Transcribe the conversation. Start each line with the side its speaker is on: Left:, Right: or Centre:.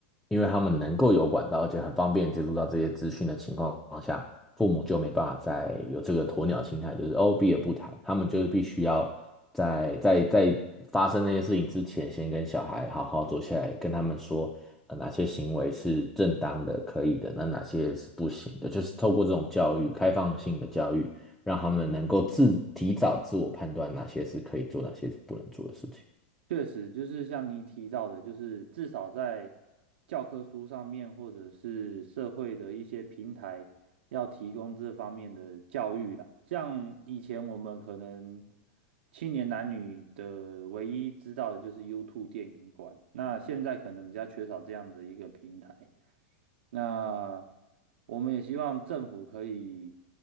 Centre: 因为他们能够有管道，而且很方便接触到这些资讯的情况下，父母就没办法再有这个鸵鸟心态，就是哦避而不谈，他们就是必须要在在在发生那些事情之前，先跟小孩好好坐下来，跟他们说，呃，哪些行为是正当的、可以的，那哪些是不行的，就是透过这种教育，开放性的教育，让他们能够自提早自我判断哪些是可以做，哪些是不能做的事情。
Right: 确实，就是像你提到的，就是至少在教科书上面，或者是社会的一些平台，要提供这方面的教育啦。像以前我们可能青年男女的唯一知道的就是 YouTube 电影馆，那现在可能比较缺少这样的一个平台。那我们也希望政府可以